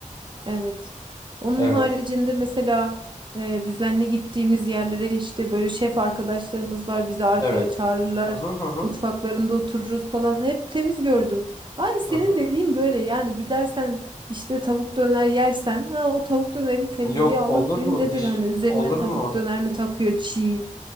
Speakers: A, on the right; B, on the left.
A: Evet. Onun
B: Evet.
A: haricinde mesela e, düzenli gittiğimiz yerlere işte böyle şef arkadaşlarımız var bizi arkaya
B: Evet.
A: çağırırlar.
B: Hı hı hı hı.
A: Mutfaklarında otururuz falan. Hep temiz gördüm. Ay senin
B: Hı hı.
A: dediğin böyle yani gidersen işte tavuk döner yersen ha o tavuk dönerin temizliği
B: Yok
A: Allah
B: olur
A: bilir
B: mu
A: nedir
B: dış
A: hani üzerine
B: olur
A: tavuk
B: mu?
A: döner mi takıyor çiğ.